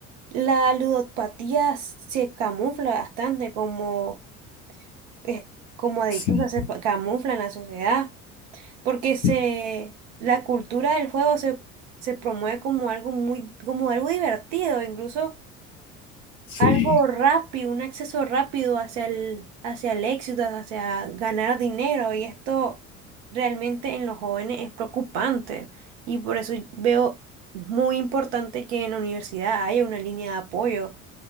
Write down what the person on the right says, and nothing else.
la ludopatía se camufla bastante como, es- como adicción,
o sea, se fa- camufla en la sociedad, porque
se, la cultura del juego se, se promueve como algo muy, como algo divertido, incluso
algo rápido, un acceso rápido hacia el, hacia el éxito, hacia ganar dinero. Y esto realmente en los jóvenes es preocupante. Y por eso veo muy importante que en la universidad haya una línea de apoyo